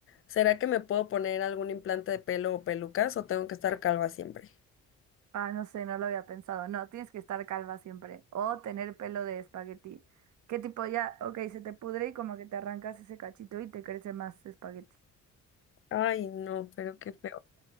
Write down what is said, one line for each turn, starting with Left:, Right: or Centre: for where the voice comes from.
Left: ¿será que me puedo poner algún implante de pelo o pelucas o tengo que estar calva siempre?
Right: Ah, no sé, no lo había pensado. No, tienes que estar calva siempre o tener pelo de espagueti. Que tipo ya, ok, se te pudre y como que te arrancas ese cachito y te crece más espagueti.
Left: Ay, no, pero qué feo.